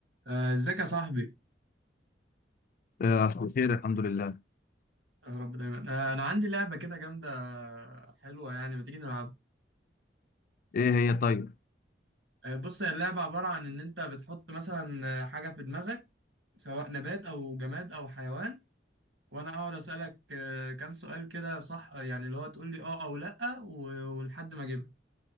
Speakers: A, on the right (about 80°); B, on the left (about 50°).
A: آه، ازيك يا صاحبي
B: آه، ألف خير الحمد لله
A: يا رب دايما آه، انا عندي لعبه كده جامده آه، حلوه يعني ما تيجي نلعب
B: إيه هي طيب
A: آه، بص هي اللعبه عباره عن ان انت بتحط مثلا آه، حاجه في دماغك سواء نبات او جماد او حيوان وانا اقعد اسالك آه، كام سؤال كده صح آه، يعني اللي هو تقول لي اه او لا و- ولحد ما اجيبها